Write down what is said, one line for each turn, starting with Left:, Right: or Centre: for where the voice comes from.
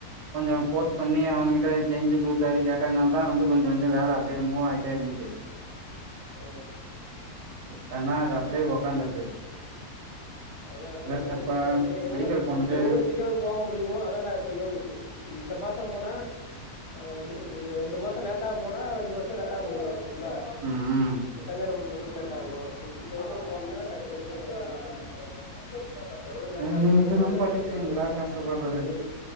Right: கொஞ்ஜோ போஸ் பண்ணி அவனுங்கிட்ட கெஞ்சி கூத்தாடி கேட்டதுனால தா வந்து கொஞ்சோ கொஞ்சோ வேலை அப்படியே மூவ் ஆயிட்டே இருந்துச்சு
Left: ஆ
Right: கண்ணா அது அப்படியே உக்காந்துருது
Left: அதா அதா
Right: இந்த
Left: என்னனு
Right: இப்ப
Left: பாரு ஏனா எவ்வளோ
Right: மெடிக்கல் போனது
Left: எவ்வளோ சீக்கிரோ போக முடியுமோ அதான்டா இப்ப எவ் இந்த மாசோ போனா எப்பிடி சொல்றது ரெண்டு மாசோ லேட்டா போனா ரெண்டு வருஷோ லேட்டா முடியு இல்ல
Right: ம் ம்
Left: இப்ப கல்யாணம் மு லேட்டாகு நீ சீக்கரமா போனா டக்கு டக்குனு <unintelligible> எவ்ளோ லேட்டா
Right: ம்
Left: ஆவுதோ அது
Right: இதெல்லா பண்ணிட்டு
Left: நா
Right: எங்கடா கஷ்டப்படுறது
Left: நீ